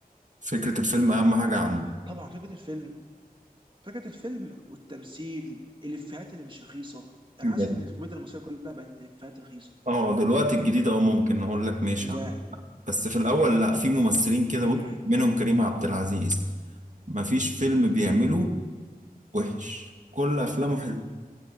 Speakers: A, on the right (about 50°); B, on the right (about 30°).
A: فكرة الفيلم اهم حاجة عنده
B: طبعا فكرة الفيلم فكرة الفيلم والتمثيل الإفيهات اللي مش رخيصة انا
A: بجد.
B: حاسس ان الكوميديا المصرية كلها بقت إفيهات رخيصة
A: اه دلوقتي الجديد اه ممكن اقول لك ماشي
B: مش
A: عنه.
B: عارف.
A: بس في الاول لا في ممثلين كده
B: امم
A: بص منهم كريم عبد العزيز مفيش فيلم بيعمله وحش كل افلامه حلوه